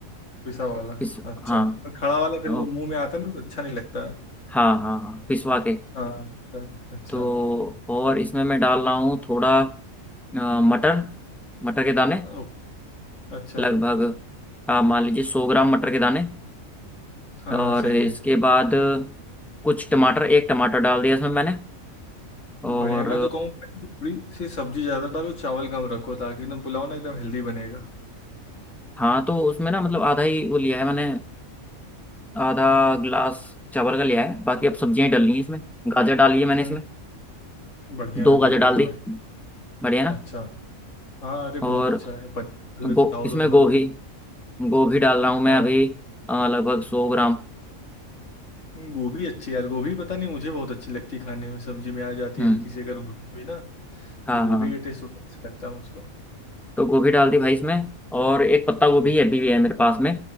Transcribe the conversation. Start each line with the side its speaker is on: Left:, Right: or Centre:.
Left: पिसा वाला
Centre: पिस
Left: अच्छा
Centre: हाँ
Left: तो खड़ा वाला फिर
Centre: ओ,
Left: वो मुंह में आता है ना तो अच्छा नहीं लगता है
Centre: हाँ हाँ हाँ पिसवा के
Left: हाँ अच्छा अच्छा
Centre: तो और इसमें मैं डाल रहा हूँ थोड़ा अ, मटर मटर के दाने
Left: ओ, अच्छा
Centre: लगभग आप मान लीजिए सौ ग्राम मटर के दाने
Left: हाँ
Centre: और
Left: सही
Centre: इसके
Left: है
Centre: बाद कुछ टमाटर एक टमाटर डाल दिया इसमें मैंने और
Left: बढ़िया मैं तो कहूँगा थोड़ी सी सब्जी ज़्यादा डालो चावल कम रखो ताकि एकदम पुलाव ना एकदम हेल्दी बनेगा
Centre: हाँ तो उसमें ना मतलब आधा ही वो लिया है मैंने आधा गिलास चावल का लिया है बाकी अब सब्जियां ही डालनी है इसमें गाजर डाली है मैंने
Left: हाँ।
Centre: इसमें
Left: बढ़िया
Centre: दो
Left: है भाई
Centre: गाजर
Left: बहुत
Centre: डाल दी
Left: बढ़िया
Centre: बढ़िया ना
Left: अच्छा हाँ अरे
Centre: और
Left: बहुत अच्छा है पनीर
Centre: गो
Left: लो चाहो
Centre: इसमें
Left: तो थोड़ा
Centre: गोभी
Left: लग
Centre: गोभी डाल रहा हूँ मैं
Left: हाँ
Centre: अभी अ, लगभग सौ ग्राम
Left: नहीं, गोभी अच्छी है यार गोभी पता नहीं मुझे बहुत अच्छी लगती है खाने में सब्जी में आ जाती
Centre: हम्म
Left: है हल्की सी अगर भुनी हुई ना
Centre: हाँ
Left: तो गोभी
Centre: हाँ
Left: का टेस्ट बड़ा अच्छा लगता है मुझको
Centre: तो गोभी डाल दी भाई इसमें और एक पत्ता गोभी
Left: हाँ।
Centre: अभी भी है मेरे पास में